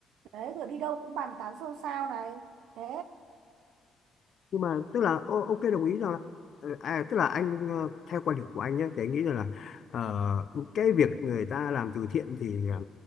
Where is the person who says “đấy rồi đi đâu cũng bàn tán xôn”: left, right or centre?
Right